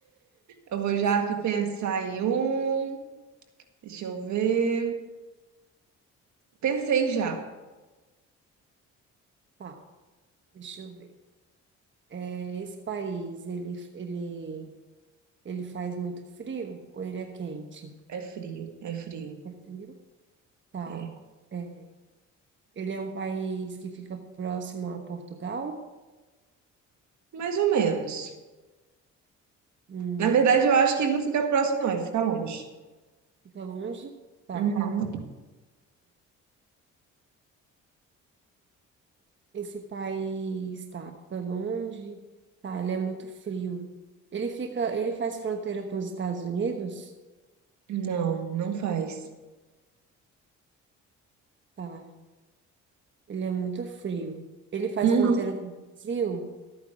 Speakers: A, on the right (about 70°); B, on the right (about 40°).
A: Eu vou já
B: Certo,
A: aqui pensar em um. Deixa eu ver. Pensei já.
B: Tá, deixa eu ver. É, esse país, ele, ele, ele faz muito frio ou ele é quente?
A: É frio, é frio.
B: É frio? Tá.
A: É.
B: é, Ele é um país que fica próximo a Portugal?
A: Mais ou menos.
B: Hum,
A: Na verdade, eu acho que ele não fica próximo, não. Ele fica longe.
B: fica longe? Tá.
A: Uhum.
B: Esse país tá fica longe, tá, ele é muito frio. Ele fica, ele faz fronteira com os Estados Unidos?
A: Não, não faz.
B: Tá, ele é muito frio. Ele faz
A: Uhum.
B: fronteira com o Brasil?